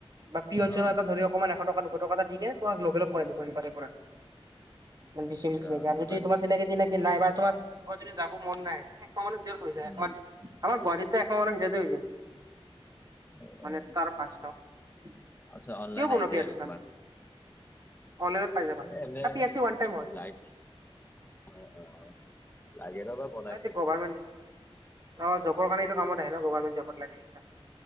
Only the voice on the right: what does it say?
বা পিয়ন চিয়ন
এটাক ধৰি অকমান এশ টকা দুশ টকা এটা কিনে তোমাক লগে লগ কৰাই দিব পাৰে <unintelligible> পৰা। <unintelligible> আৰু
যদি
তোমাৰ
চিনাকি টিনাকি নাই বা তোমাৰ যদি যাব মন নাই <unintelligible> হৈ যায়,
আমাৰ-আমাৰ গুৱাহাটীতটো এশ মানৰ ভিতৰতে হৈ যায়।
মানে
<unintelligible>
কিয় বনোৱা
পি আৰ
চি
খন অনলাইনত পাই যাবা
P R C one time হয়
<unintelligible>
গভাৰমেণ্ট, অ', জবৰ কাৰণে এইটো কামত আহে ন, গভৰমেন্ট জবত লাগে।